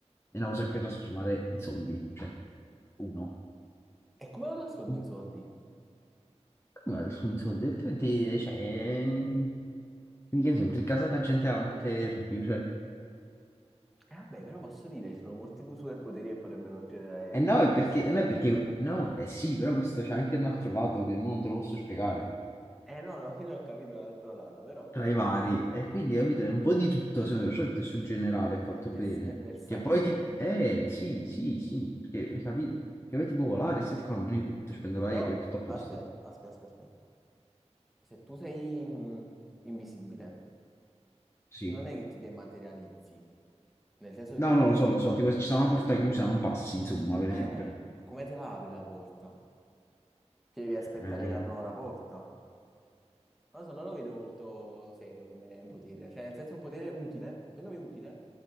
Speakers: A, on the left (about 20°); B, in the centre.
A: è una cosa che puoi trasformare in soldi, cioè, uno.
B: E come lo trasformi
A: Come
B: in soldi?
A: la trasformi in soldi? Altrimenti, cioè, mm, che ne so, entri in casa della gente la notte e rubi, cioè.
B: Eh, vabbè, però posso dire, ci sono molti pu- superpoteri che potrebbero generare
A: E no,
B: molti
A: è
B: più
A: perché,
B: soldi.
A: no, è perché, no, eh sì, però questo c'è anche un altro lato che non te lo posso spiegare.
B: Eh no, no, io non ho capito l'altro lato, però
A: tra i vari. E quindi, capito, è un po' di tutto, secondo me, soprattutto sul generale è fatto
B: è, vers-
A: bene.
B: è versatile.
A: Che poi tipo, eh, sì, sì, sì, perché eh, capì, che poi tipo volare, stai qua, non me ne tutto, ci prendo l'aereo,
B: Però,
A: è tutto a posto.
B: aspetta, aspetta, aspetta, aspetta. Se tu sei mh, invisibile,
A: Sì.
B: non è che ti dematerializzi, Nel senso se
A: No, no,
B: tu...
A: lo so, lo so, tipo se ci sta una porta chiusa, non passi, insomma, per
B: Eh,
A: esempio.
B: e come te la apri la porta? Ti devi aspettare
A: Eh,
B: che aprono la porta. Non lo so, non lo vedo molto serio come potere. Cioè, nel senso è un potere utile, secondo me utile,